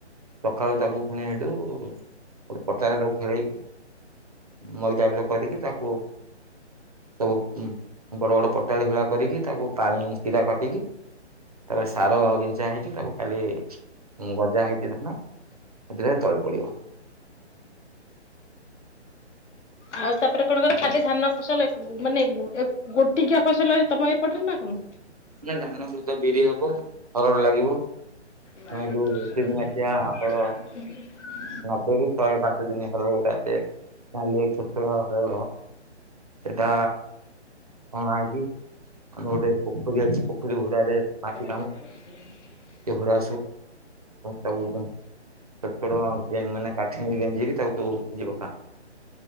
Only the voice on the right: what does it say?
ସକାଳୁ ତାକୁ ପଣି ହେଡୁ ଗୋଟେ ପଚାରେ ଟାକୁ ଖେଳେଇକି ମଇତାଇ ପିରଦାାବିର କରିକି ତାକୁ ସବୁ ବଡ ବଡ ପଟାଳି ଭଳା କରିକି ତାକୁ ପାଣି କିରା କଟିକି ତାପରେ ସାର ଯାହେଇଚି ତାକୁ କାଲି ଗଜା ଧାନ ନ। ସେଥିରେ ତଳେ ପଡିବ।
ନା ଧାନ ସହିତ ବିରି ହବ ହରଡ ଲାଗିବ।
ଯୋଉ ତିନି ମାଠିଆ ହରଡ଼ ନବେରୁ ଶହେ ପାଞ୍ଚ ଦିନ ହରଟା ନଲି ଛୋଟ ଛୋଟ ହରଡ। ଟା କଣା ହେଇକଛି ଆମର ଗୋଟେ ପୋଖରୀ ଅଛି ପୋଖରୀ ଘୁଡାରେ ମାଟି
ଏଡାଗୁଡା ତାକୁ ଛୋଟ ଛୋଟ ମାନେ କାଠି ନେଇକ ଗେଞ୍ଜିି ତାକୁ ହ ଯିବାକାର।